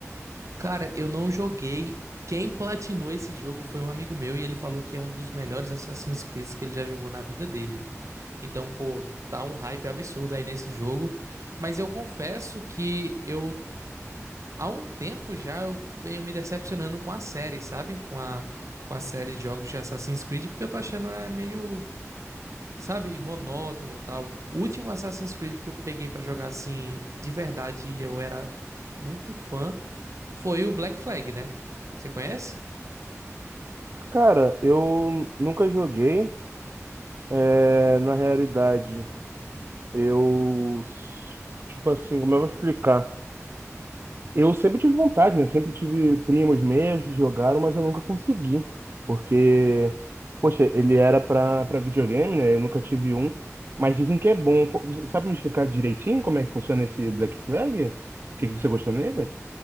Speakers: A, on the right; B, on the right.
A: Cara, eu não joguei. Quem platinou esse jogo foi um amigo meu e ele falou que é um dos melhores Assassin's Creed que ele já jogou na vida dele. Então, pô, tá um hype absurdo aí nesse jogo. Mas eu confesso que eu, há um tempo já, eu venho me decepcionando com a série, sabe? Com a, com a série de jogos de Assassin's Creed, porque eu tô achando é meio. Sabe, monótono e tal. O último Assassin's Creed que eu peguei pra jogar assim, de verdade, e eu era muito fã, foi o Black Flag, né? Você conhece?
B: Cara, eu nunca joguei. É, na realidade. Eu, tipo assim, como eu vou explicar? Eu sempre tive vontade, né? Sempre tive primos meus que jogaram, mas eu nunca consegui. Porque, poxa, ele era pra, pra videogame, né? Eu nunca tive um. Mas dizem que é bom. Pô, Sabe me explicar direitinho como é que funciona esse Black Flag? O que que você gostou nele?